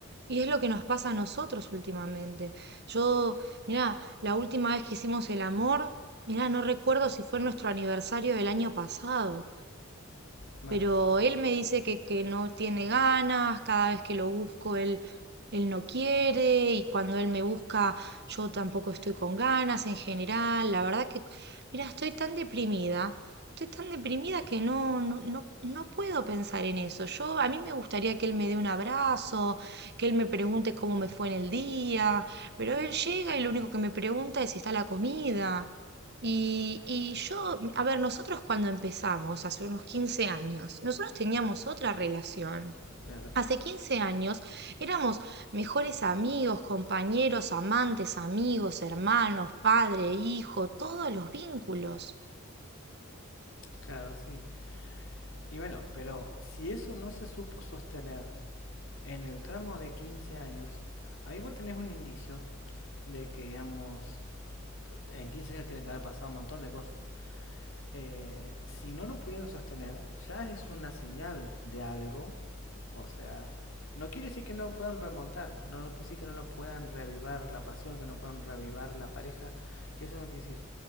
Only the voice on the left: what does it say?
Bueno,
claro,
claro, sí. Y bueno, pero si eso no se supo sostener en el tramo de 15 años, ahí vos tenés un indicio de que, digamos, en 15 años tiene que haber pasado un montón de cosas eh, si no lo pudieron sostener, ya es una señal de algo. O sea, no quiere decir que no puedan remontar, no quiere decir que no lo puedan reavivar la pasión, que no puedan reavivar la pareja, eso no quiere decir.